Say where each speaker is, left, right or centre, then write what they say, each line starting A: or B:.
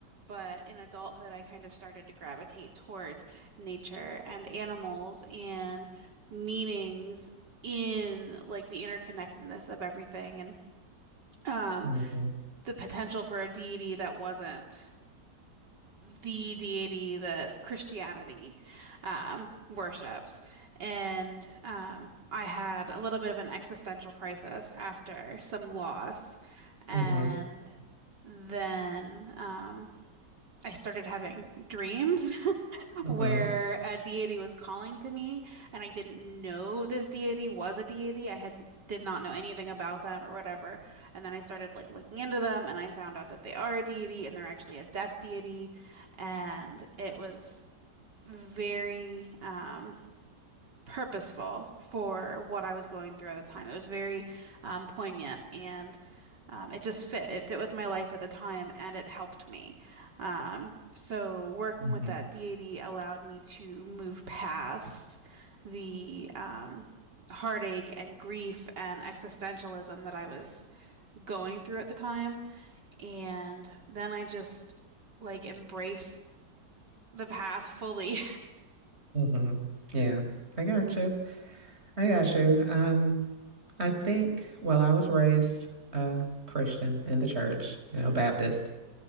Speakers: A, on the right (about 75°); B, on the right (about 35°).
A: But in adulthood, I kind of started to gravitate towards nature and animals and meanings in like the interconnectedness of everything and um,
B: Mm-hmm.
A: the potential for a deity that wasn't the deity that Christianity um, worships. And um, I had a little bit of an existential crisis after some loss. And
B: Mm-hmm.
A: then um, I started having dreams <laughs>
B: Mm-hmm.
A: where a deity was calling to me and I didn't know this deity was a deity. I had did not know anything about them or whatever. And then I started like looking into them and I found out that they are a deity and they're actually a death deity. And it was very um purposeful for what I was going through at the time. It was very um, poignant and um, it just fit. It fit with my life at the time and it helped me. Um, so working
B: Mm-hmm.
A: with that deity allowed me to move past the um, heartache and grief and existentialism that I was going through at the time. And then I just like embraced the path fully.
B: Mm-hmm. Yeah, I got you. I got you. Um, I think, well, I was raised uh Christian in the
A: <laughs>
B: church, you
A: Mhm.
B: know, Baptist.